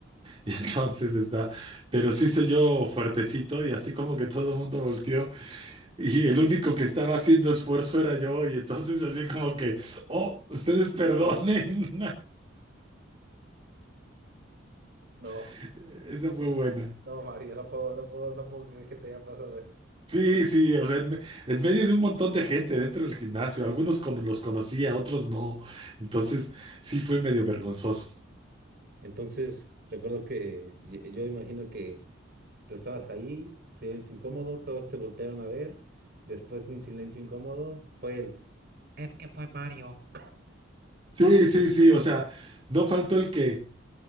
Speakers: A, on the right (about 30°); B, on the right (about 55°).
A: Y entonces está, pero sí se yo fuertecito y así como que todo el mundo volteó y el único que estaba haciendo esfuerzo era yo y entonces así como que, oh, ustedes perdonen.
B: No,
A: <laughs> Esa fue buena.
B: no, Mario, no puedo, no puedo, no puedo creer que te haya pasado eso.
A: Sí, sí, o sea, en, me- en medio de un montón de gente dentro del gimnasio, algunos con- los conocía, otros no. Entonces sí fue medio vergonzoso.
B: Entonces, recuerdo que y- yo imagino que tú estabas ahí, silencio incómodo, todos te voltearon a ver. Después de un silencio incómodo, fue el, Es que fue Mario.
A: Sí, sí, sí, o sea, no faltó el que